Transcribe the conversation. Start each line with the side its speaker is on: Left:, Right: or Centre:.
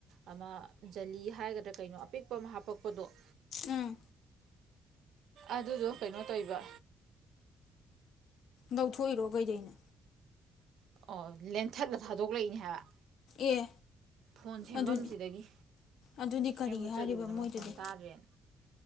Right: ꯑꯃ ꯖꯥꯂꯤ ꯍꯥꯏꯒꯔꯥ ꯀꯩꯅꯣ ꯑꯄꯤꯛꯄ ꯑꯃ ꯍꯞꯀꯞꯗꯣ <inaudible>
Left: ꯎꯝ
Right: ꯑꯗꯨꯏꯗꯣ ꯀꯩꯅꯣ ꯇꯧꯔꯤꯕ
Left: ꯂꯧꯊꫭꯛꯏꯔꯣ ꯀꯩꯗꯧꯔꯤꯅꯣ
Right: ꯎ ꯂꯦꯟꯊꯠꯂ ꯊꯗꯣꯛꯂꯛꯏꯅꯦ ꯍꯥꯏꯕ
Left: ꯑꯦ
Right: ꯒꯣꯜ ꯁꯦꯝꯕꯥꯝꯁꯤꯗꯒꯤ
Left: ꯑꯗꯨ ꯑꯗꯨꯗꯤ
Right: ꯁꯑꯝꯕ
Left: ꯀꯔꯤ ꯍꯥꯏꯔꯤꯕ
Right: ꯆꯠꯂꯨꯕꯗ
Left: ꯃꯣꯏꯗꯨꯗꯤ
Right: ꯃꯈꯣꯟ ꯇꯥꯗꯔꯦꯗꯥꯟ